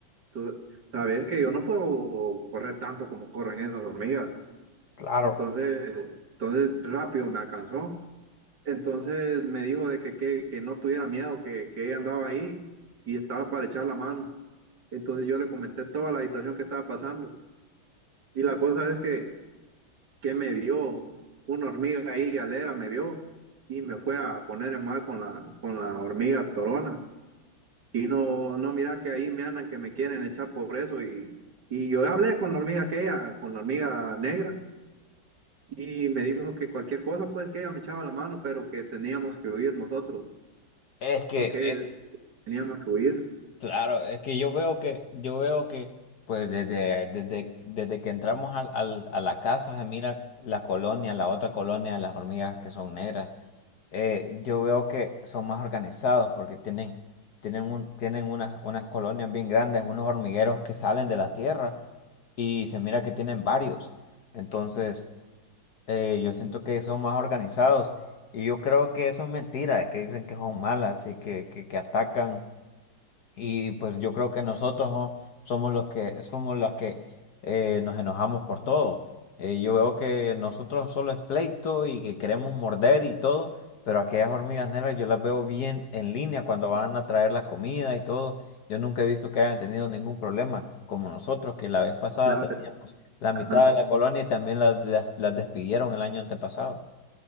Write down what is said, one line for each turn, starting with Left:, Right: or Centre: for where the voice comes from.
Right: Tú sabes que yo no puedo correr tanto como corren esas hormigas.
Left: claro,
Right: Entonces, entonces rápido me alcanzó. Entonces me dijo de que, que, que no tuviera miedo, que, que ella andaba ahí y estaba para echar la mano. Entonces yo le comenté toda la situación que estaba pasando. Y la cosa es que, que me vio una hormiga ahí, galera, me vio y me fue a poner en mal con la, con la hormiga torona. Y no, no, mira que ahí me andan que me quieren echar por eso. Y, y yo hablé con la hormiga aquella, con la hormiga negra, y me dijo que cualquier cosa, pues que ella me echaba la mano, pero que teníamos que huir nosotros,
Left: es que
Right: porque teníamos que huir.
Left: Claro, es que yo veo que, yo veo que, pues desde, desde, desde que entramos al, al- a la casa, se mira la colonia, la otra colonia, las hormigas que son negras. eh, yo veo que son más organizados porque tienen, tienen un, tienen unas, unas colonias bien grandes, unos hormigueros que salen de la tierra y se mira que tienen varios. Entonces, eh, yo siento que son más organizados y yo creo que eso es mentira, que dicen que son malas y que, que que atacan. Y pues yo creo que nosotros so- somos los que somos los que eh, nos enojamos por todo. Eh, yo veo que nosotros solo es pleito y que queremos morder y todo, pero aquellas hormigas negras yo las veo bien en línea cuando van a traer la comida y todo. Yo nunca he visto que hayan tenido ningún problema, como nosotros, que la vez pasada
Right: La,
Left: teníamos la mitad
Right: ajá,
Left: de la colonia y también las, las las despidieron el año antepasado.